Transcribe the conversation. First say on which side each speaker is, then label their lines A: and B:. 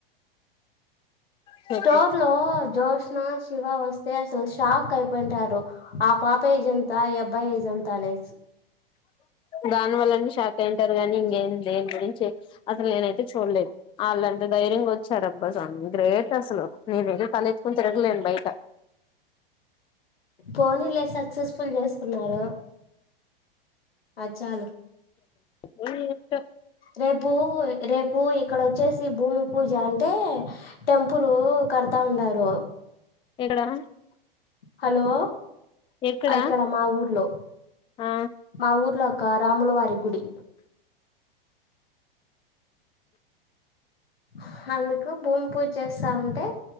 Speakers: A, on the left; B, on the left.
A: చెప్పు
B: స్టోర్లో జోస్నా, శివ వస్తే అసల్ షాక్ అయిపోంటారు. ఆ పాప ఏజ్ ఎంత ఈ అబ్బాయి ఏజ్ ఎంత అనేస్
A: దానివల్లనే షాక్ అయింటారు గానీ ఇంగేం దేన్ గురించి అసల్ నేనైతే చూడ్లేదు ఆళ్ళంద ధైర్యంగా వచ్చారప్ అబ్బ సామి గ్రేట్ అసలు నేను ఏదో తలెత్తుకుని తిరగలేను బయట
B: పోనీలే సక్సెస్ఫుల్ చేసుకున్నారు అచ్చాలు
A: బ్లాంక్ <unintelligible>
B: రేపూ రేపూ ఇక్కడ వచ్చేసి భూమి పూజ అంటే టెంపులూ కడ్త ఉన్నారూ
A: <unintelligible>
B: హలో
A: ఎక్కడ
B: ఇక్కడ మా ఊర్లో
A: ఆ
B: మా ఊర్లో ఆ కార్ రాములవారి గుడి. ఉఫ్ఫ్ అందుకు భూమ్ పూజ చేస్తా ఉంటే